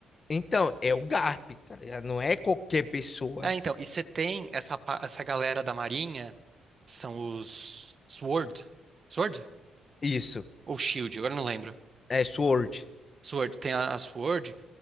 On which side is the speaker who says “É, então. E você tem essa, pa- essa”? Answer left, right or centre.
Right